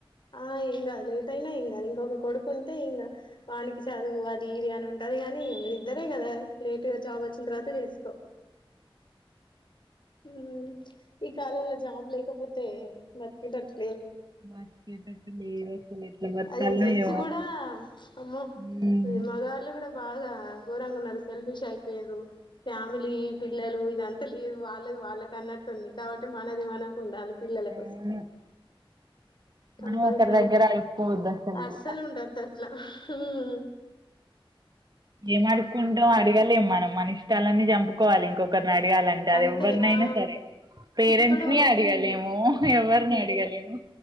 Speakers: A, on the left; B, on the right.
A: ఆ ఏం కాదు లేట్ అయినా ఏం కాదు ఇంకొక కొడుకుంటే ఇంకా వానికి చదువు అది ఇది అని ఉంటది కానీ మీరు ఇద్దరే కదా లేటుగా జాబ్ వచ్చిన తర్వాత చేసుకో ఉమ్ ఈ కాలంలో జాబ్లే లేకపోతే బతికేటట్టు
B: బతికేటట్టు లేదు అసలు ఎట్లా బతకాల్నో
A: అది జెంట్స్
B: ఏమో
A: కూడా అమ్మో
B: మ్మ్
A: మగవాళ్ళు కూడా బాగా గోరంగ ఉన్నారు. సెల్ఫిష్ అయిపోయిన్ర ఫ్యామిలీ పిల్లలు ఇదంతా లేదు వాళ్ళది వాళ్ళకన్న తడి <unintelligible> కాబట్టి మనది మనకు ఉండాలి పిల్లల
B: అవును
A: కోసం కంపల్సరీ
B: మనం ఒకరి దగ్గర అడుక్కోవద్దు అసలుకు
A: అస్సలు ఉండద్దు అట్లా ఉమ్
B: ఏం అడుకుంటాం అడగాలే మనం మన ఇష్టాలన్నీ చంపుకోవాలి ఇంకొక అడగాలంటే అది
A: అంతే
B: ఎవరినైనా
A: ఆ
B: సరే పేరెంట్స్
A: ఇప్పుడు
B: ని అడిగలేము ఎవరిని అడగలేము.